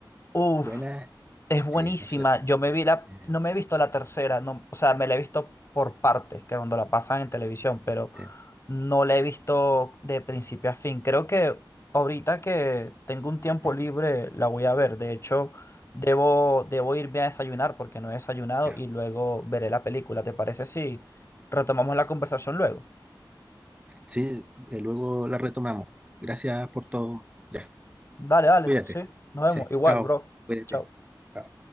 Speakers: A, on the left (about 35°); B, on the right (about 15°).
A: Uf.
B: buena,
A: Es buenísima.
B: sí, no sé.
A: Yo me vi la,
B: eh,
A: no me he visto la tercera, no, o sea, me la he visto por partes, que cuando la pasan en televisión, pero
B: eh,
A: no la he visto de principio a fin. Creo que ahorita que tengo un tiempo
B: mm,
A: libre la voy a ver. De hecho, debo, debo irme a desayunar porque no he desayunado
B: ya,
A: y luego veré la película. ¿Te parece si retomamos la conversación luego?
B: sí, eh, luego la retomamos. Gracias por todo. Ya,
A: Dale, dale,
B: cuídate.
A: sí, nos vemos.
B: Sí,
A: Igual,
B: chao,
A: bro.
B: cuídate.
A: Chao.
B: Chao.